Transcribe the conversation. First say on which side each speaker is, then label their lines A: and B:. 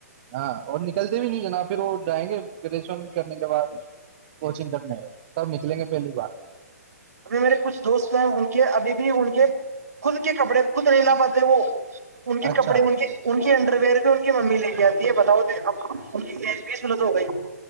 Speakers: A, on the right; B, on the right.
A: ہاں اور نکلتے بھی نہیں جنا پھر وہ جائیں گے گریجویشن کرنے کے بعد کوچنگ کرنے تب نکلیں گے پہلی بار
B: اھی میرے کچھ دوست ہیں ان کے ابھی بھی ان کے خود کے کپڑے خود نہیں لا پاتے وہ ان کے
A: اچھا
B: کپڑے ان کے ان کی انڈر ویئر بھی ان کی ممی لے کے آتی ہے بتاؤ ان کی ایج بیس ملت ہو گئی